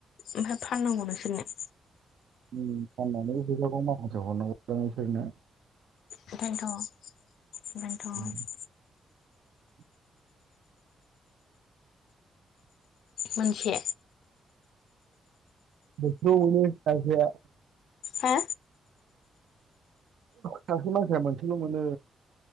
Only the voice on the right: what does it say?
ओम फाननानैबो फैसाखौ माखासे हरनांगजाङसनो
<unintelligible>
बेथ'नो जया <unintelligible>
सासे मानसिया मोनसेल' मोनो